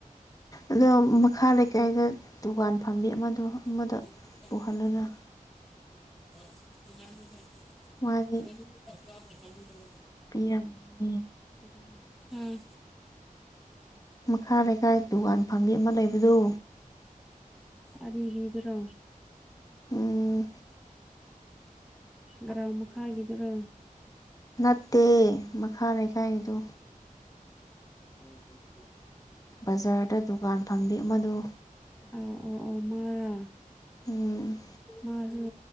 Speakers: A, on the left; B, in the centre.
A: ꯑꯗꯣ ꯃꯈꯥ ꯂꯩꯀꯥꯏꯗ ꯗꯨꯀꯥꯟ ꯐꯝꯕꯤ ꯑꯃꯗꯣ ꯑꯃꯗꯣ
B: <inaudible>
A: ꯄꯨꯍꯜꯂꯨꯅ
B: <inaudible>
A: ꯃꯥꯗꯤ ꯄꯤꯔꯝꯒꯅꯤ ꯐꯖꯅ
B: ꯎꯝ
A: ꯃꯈꯥ ꯂꯩꯀꯥꯏ ꯗꯨꯀꯥꯟ ꯐꯝꯕꯤ ꯑꯃ ꯂꯩꯕꯗꯨ
B: ꯑꫪꯤꯕꯤꯗꯨꯔꯣ
A: ꯎꯝ
B: ꯒ꯭ꯔꯥꯎꯃ ꯈꯥꯏꯒꯗ꯭ꯔꯣ
A: ꯅꯠꯇꯦ ꯃꯈꯥ ꯂꯩꯀꯥꯏꯗꯨ
B: ꯎꯝ <unintelligible>
A: ꯕꯖꯥꯔꯗ ꯗꯨꯀꯥꯟ ꯐꯝꯕꯤ ꯃꯗꯨ
B: ꯑ ꯑꯣ ꯑꯣ ꯃꯔ
A: ꯎꯝ
B: ꯃꯥꯁꯨ